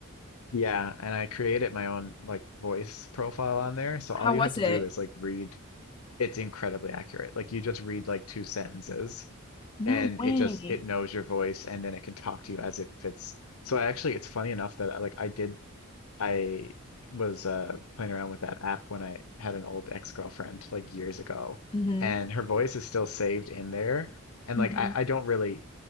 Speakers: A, on the left; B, on the left.
A: Yeah, and I created my own like voice profile on there. So all
B: How
A: you
B: was
A: have to
B: it?
A: do is like read. It's incredibly accurate. Like you just read like two sentences
B: No
A: and
B: way.
A: it just it knows your voice and then it can talk to you as if it's so I actually it's funny enough that I, like I did I was uh playing around with that app when I had an old ex-girlfriend like years ago
B: hmm
A: and her voice is still saved in there. And
B: hmm
A: like I, I don't really